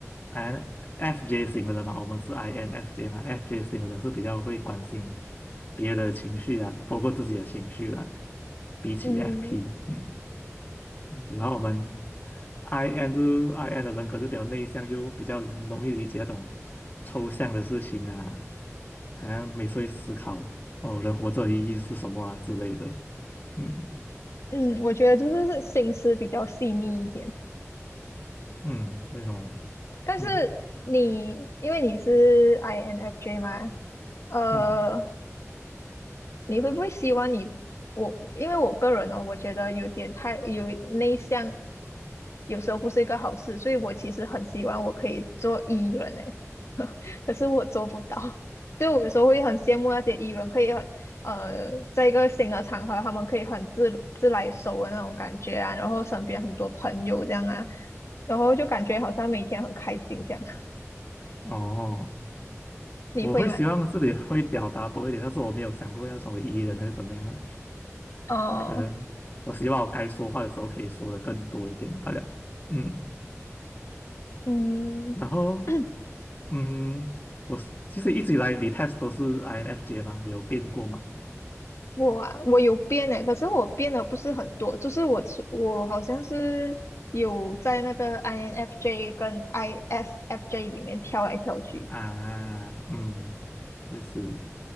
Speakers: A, on the left; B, on the left.
A: ，INFJ 型的人嘛，我们是 INFJ 嘛，FJ 型的人是比较会关心别人的情绪啊，包括自己的情绪啦、比起
B: 嗯
A: FP，嗯。然后我们 IN 就是 IN 的人，可是比较内向，又比较容易理解那种抽象的事情啊，好像每次会思考哦，人活着的意义是什么啊之类的。嗯
B: 嗯，我觉得就是心思比较细腻一点。
A: 嗯，对哦，
B: 但是你因为你是
A: 嗯
B: INFJ 嘛，呃，
A: 嗯
B: 你会不会希望你我？因为我个人呢、哦，我觉得有点太有内向，有时候不是一个好事，所以我其实很希望我可以做艺人诶，<laughs> 可是我做不到。就我有时候会很羡慕那些艺人，可以很呃，在一个新的场合，他们可以很自自来熟的那种感觉啊，然后身边很多朋友这样啊，然后就感觉好像每天很开心这样。
A: 哦，
B: <laughs> 你会吗？
A: 我会希望自己会表达多一点，但是我没有想过要成为 E 人还是怎么样啊，
B: 哦，
A: 可能我希望我该说话的时候可以说的更多一点，大家嗯，
B: 嗯。
A: 然后。
B: <clears throat>
A: 嗯，我是其实一直以来你 test 都是 INFJ 嘛，你有变过吗？
B: 我啊，我有变诶，可是我变的不是很多，就是我是我好像是有在那个 INFJ 跟 ISFJ 里面跳来跳去。
A: 啊，嗯，就是